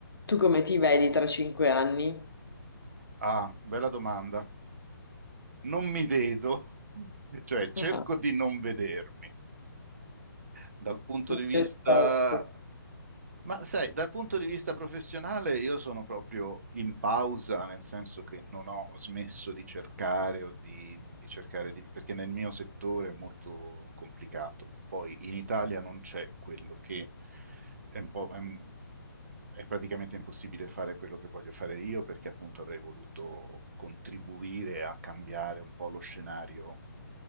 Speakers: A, on the left (about 80°); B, on the right (about 40°).
A: Tu come ti vedi tra cinque anni?
B: Ah, bella domanda. Non mi vedo, <laughs> cioè cerco
A: <laughs> Ah,
B: di non vedermi dal punto
A: Perfetto.
B: di vista ma sai, dal punto di vista professionale io sono proprio in pausa, nel senso che non ho smesso di cercare o di, di cercare di... perché nel mio settore è molto complicato. Poi in Italia non c'è quello che è un po'... È, un- è praticamente impossibile fare quello che voglio fare io perché appunto avrei voluto contribuire a cambiare un po' lo scenario